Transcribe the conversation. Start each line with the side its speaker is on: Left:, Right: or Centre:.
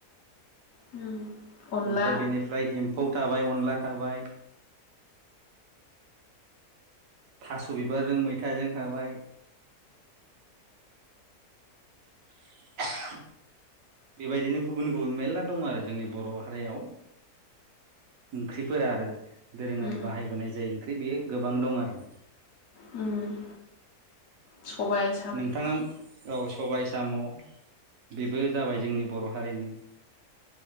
Left: उम अनला
Right: ओमफ्राय बेनिफ्राय एम्फौ थाबाय अनला थाबाय थास' बिबारजों मैथाजों थाबाय <inaudible> बेबायदिनो गुबुन गुबुन मेरला दङ आरो जोंनि बर' हारियाव ओंख्रिफोरा आरो दोरोङारि
Left: उम
Right: बाहायबोनाय जाय ओंख्रि बेयो गोबां दं आरो
Left: ओम सबाय
Right: नोंथाङा औ सबाय साम' बेबो जाबाय जोंनि बर' हारिनि